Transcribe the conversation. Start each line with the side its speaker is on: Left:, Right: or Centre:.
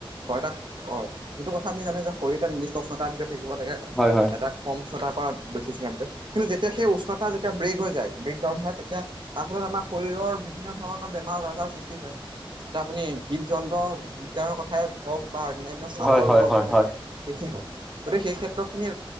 Right: হয়, এটা অ, সেইটো কথা আমি জানো, যে শৰীৰ এটা নিৰ্দিষ্ট উচ্চতাৰ ভিতৰত থাকিব লাগে।
Centre: হয় হয়।
Right: এটা কম উষ্ণতাৰ পৰা বেছি <inaudible> পিছত কিন্তু যেতিয়া সেই উষ্ণতা যেতিয়া ব্ৰেক হৈ যায়। ব্ৰেকডাউন হয়, তেতিয়া তাৰ ফলত আমাৰ শৰীৰৰ বিভিন্ন ধৰণৰ বেমাৰ- আজাৰৰ সৃষ্টি হয়। এতিয়া আপুনি হৃদযন্ত্ৰৰ, বিকাৰৰ কথাই ধৰক বা অন্যান্য ছালৰ
Centre: হয় হয় হয়
Right: ৰোগৰ
Centre: হয়
Right: কথাই
Centre: হয়।
Right: ক'ওক। সেইখিনি হয়, গতিকে সেই ক্ষেত্ৰত খিনি